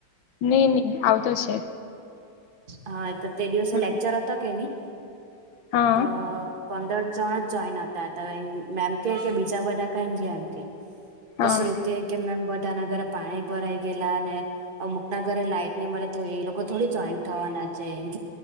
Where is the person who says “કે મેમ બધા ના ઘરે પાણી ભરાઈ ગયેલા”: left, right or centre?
Right